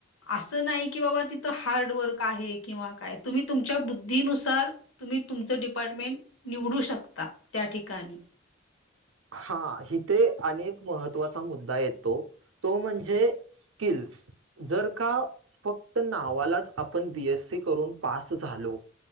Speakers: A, on the left; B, on the right.
A: असं नाही की बाबा तिथं हार्डवर्क आहे किंवा काय, तुम्ही तुमच्या बुद्धीनुसार तुम्ही तुमचं डिपार्टमेंट निवडू शकता त्या ठिकाणी.
B: हा येथे अनेक महत्त्वाचा मुद्दा येतो, तो म्हणजे स्किल्स. जर का फक्त नावालाच आपण बीएससी करून पास झालो